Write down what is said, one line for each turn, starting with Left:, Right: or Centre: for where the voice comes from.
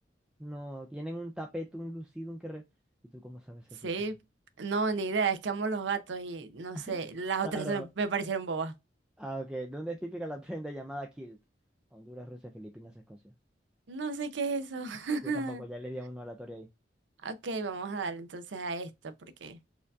Centre: no, tienen un tapete, un lucido, un que... re- ¿Y tú cómo sabes
Right: sí.
Centre: eso, Sam?
Right: No, ni idea. Es que amo los gatos y no
Centre: <laughs>
Right: sé. Las
Centre: Claro.
Right: otras se- me parecieron bobas.
Centre: Ah, ok. ¿Dónde es típica la <laughs> prenda llamada kilt? Honduras, Rusia, Filipinas, Escocia.
Right: No sé qué es eso.
Centre: Yo tampoco, ya le
Right: <laughs>
Centre: di a uno aleatorio ahí.
Right: Ok, vamos a darle entonces a esto porque